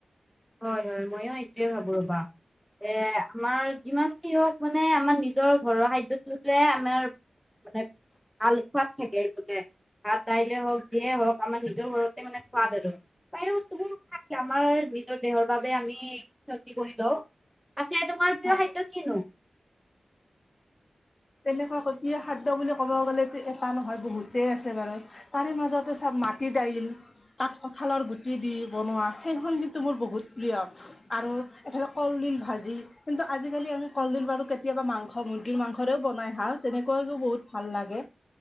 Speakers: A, in the centre; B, on the left (about 35°).
A: হয় হয় মইয়ো এইটোৱে ভাবো ৰবা। এ আমাৰ যিমান কি হওক মানে আমাৰ নিজৰ ঘৰৱা খাদ্যটোতে আমাৰ মানে ভাল খোৱাদ থাকে সোকতে ভাত দাইলে হওক যিয়ে হওক আমাৰ সিটোও ঘৰ মানে সোৱাদ আৰু তাইয়ো <unintelligible> আমাৰ নিজৰ দেহৰ বাবে আমি ক্ষতি কৰি লও আছে তোমাৰ প্ৰিয়
B: হয়
A: খাদ্য কিনো <unintelligible>
B: তেনেকুৱা কঠীয়া খাদ্য বুলি ক'ব গ'লেতো এটা নহয় বহুতে আছে বাৰু তাৰে মাজতে চ মাটি দাইল তাত কঁঠালৰ গুটি দি বনোৱা সেইখন কিন্তু মোৰ বহুত প্ৰিয় আৰু ইফালে কলদিল ভাঁজি, কিন্তু আজিকালি আমি কলডিল বাৰু কেতিয়াবা মাংস মূৰ্গি মাংস ঘৰেও বনাই খা তেনেকুৱাকো বহুত ভাল লাগে